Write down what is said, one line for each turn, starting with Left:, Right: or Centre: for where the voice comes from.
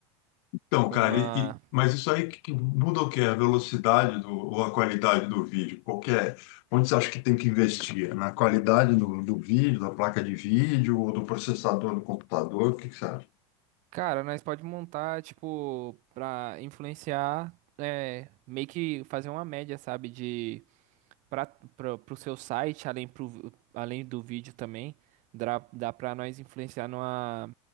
Left: Então,
Right: com
Left: cara,
Right: uma
Left: e- e- mas isso aí que, que muda o quê? A velocidade do, ou a qualidade do vídeo? Qualquer, onde você acha que tem que investir? Na qualidade do, do vídeo, da placa de vídeo ou do processador do computador? O que, que você acha?
Right: Cara, nós pode montar, tipo, pra influenciar, é, meio que fazer uma média, sabe, de pra, pra, pro seu site, além, pro, além do vídeo também, dá, dá pra nós influenciar numa